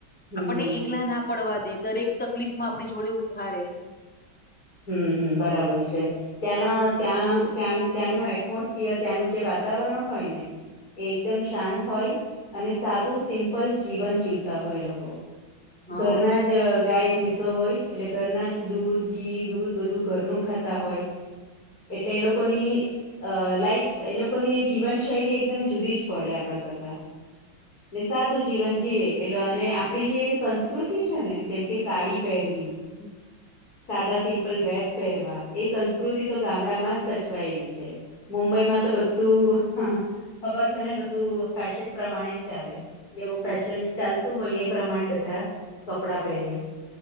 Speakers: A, on the left (about 45°); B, in the centre.
A: હમ
B: આપણને એકલા ના પડવા દે દરેક તકલીફ માં આપણી જોડે ઉભારે
A: હમ હમ બરાબર છે. ત્યાંના ત્યાં ત્યાં ત્યાંનું એટમોસફિયર ત્યાંનું જે વાતાવરણ હોય ને એ એકદમ શાંત હોય અને સાદું સિમ્પલ જીવન જીવતા હોય એ લોકો
B: હા
A: ઘરના જ ગાય ભેંસો હોય એટલે ઘરના જ દૂધ ઘી દૂધ બધું ઘરનું ખાતા હોય એટલે એ લોકોની અ લાઈફ એ લોકોની જીવનશૈલી એકદમ જુદી જ પડે આપણા કરતા ને સાદું જીવન જીવે એટલે અને આપડી જે સંસ્કૃતિ છે ને જેમ કે સાડી પહેરવી
B: હમ
A: સાદા સિમ્પલ ડ્રેસ પહેરવા એ સંસ્કૃતિ તો ગામડામાં જ સચવાયેલી છે. મુંબઈ માં તો બધું હા ખબર છે ને બધું ફેશન પ્રમાણે જ ચાલે જેવું
B: બધું
A: ફેશન ચાલતું હોય એ પ્રમાણે બધા કપડા પહેરે